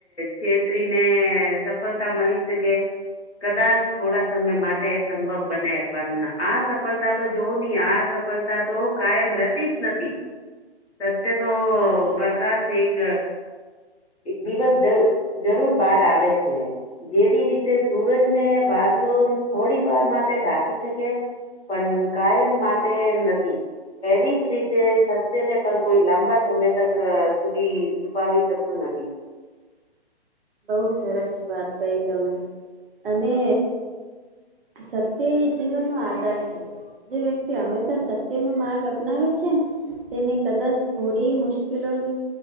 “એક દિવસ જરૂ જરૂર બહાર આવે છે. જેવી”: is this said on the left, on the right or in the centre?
Left